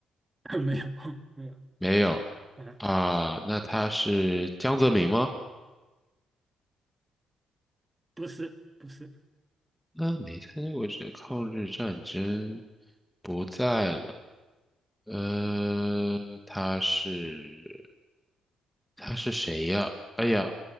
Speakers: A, on the right; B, in the centre.
A: <laughs> 没有没有
B: 没有
A: 啊，
B: 啊，那他是江泽民吗？
A: 不是不是，
B: 那没参加过这抗日战争，不在了。呃，他是他是谁呀？哎呀，